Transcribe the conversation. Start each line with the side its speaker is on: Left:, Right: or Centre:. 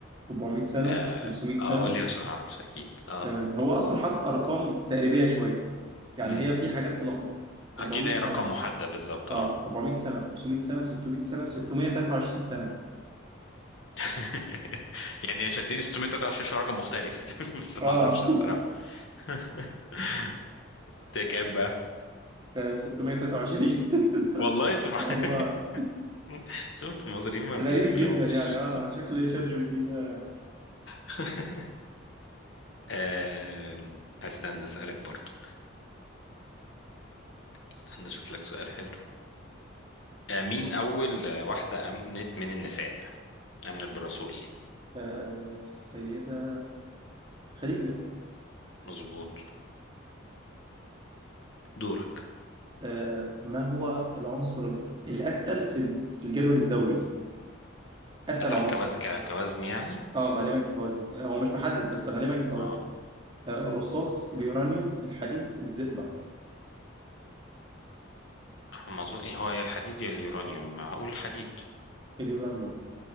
Right: 400 سنة
Left: اه
Right: 500 سنة
Left: آه، قول لي عشان ما اعرفش اكيد اه
Right: تمام هو اصلا حاطط ارقام تقريبية شوية يعني
Left: امم
Right: هي في حاجات تلخبط
Left: اكيد
Right: 400
Left: هي
Right: سنة
Left: رقم محدد بالظبط
Right: اه
Left: اه
Right: 400 سنة 500 سنة 600 سنة 623 سنة
Left: <laughs> يعني شدني 623 عشان رقم مختلف <laughs> بس
Right: اه
Left: ما اعرفش الصراحة
Right: <laughs>
Left: <laughs> ده كام بقى
Right: آه، 623 <laughs>
Left: والله سبحان
Right: والله
Left: <laughs> شفت المصريين ما
Right: غريب
Left: بيغلبوش
Right: جدا يعني اه شكل شات جي بي تي ده
Left: <laughs> آه، استنى اسالك برضو استنى اشوف لك سؤال حلو آه، مين اول آه، واحده امنت من النساء امنت بالرسول يعني
Right: آه، السيدة خديجة
Left: مظبوط دورك
Right: آه، ما هو العنصر ال- الأتقل في في الجدول الدوري؟ أتقل
Left: قتل
Right: عنصر
Left: كوزن ك- كوزن يعني
Right: اه غالبا كوزن لا، هو مش محدد بس غالبا كوزن
Left: اه
Right: آه، الرصاص
Left: آه،
Right: اليورانيوم الحديد الزئبق
Left: ما اظن إيه هو يا الحديد يا اليورانيوم هقول الحديد
Right: اليورانيوم